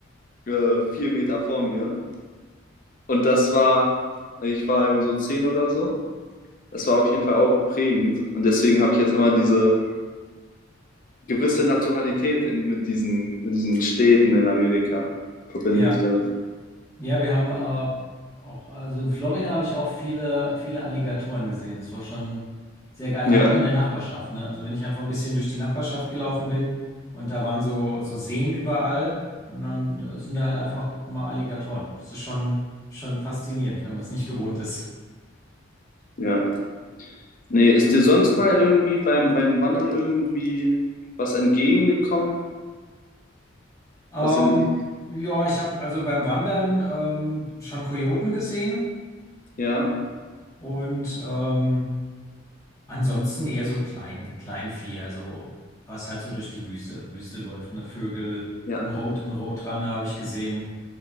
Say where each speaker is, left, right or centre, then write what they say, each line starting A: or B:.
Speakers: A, on the left; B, on the left.
A: äh, vier Meter vor mir. Und das war, ich war irgendwie so zehn oder so. Das war auf jeden Fall auch prägend. Und deswegen habe ich jetzt immer diese gewisse Naturalität in, mit diesen, mit diesen Städten in Amerika, verbinde
B: Ja.
A: ich damit.
B: Ja, wir haben äh, auch, also in Florida habe ich auch viele, viele Alligatoren gesehen. Das war schon sehr geil,
A: Ja,
B: halt auch in der Nachbarschaft, ne? Also wenn ich einfach ein bisschen durch die Nachbarschaft gelaufen bin und da waren so, so Seen überall und dann sind da halt einfach mal Alligatoren. Das ist schon, schon faszinierend, wenn man es nicht gewohnt ist.
A: ja. Nee, ist dir sonst mal irgendwie beim, beim Wandern irgendwie was entgegengekommen?
B: Ähm,
A: Was in,
B: ja, ich habe also beim Wandern ähm, schon Kojoten gesehen
A: ja,
B: und ähm, Ansonsten eher so klein, Kleinvieh, also was halt so durch die Wüste, Wüste läuft, ne? Vögel,
A: ja,
B: ein Rot, ein Rotranne habe ich gesehen,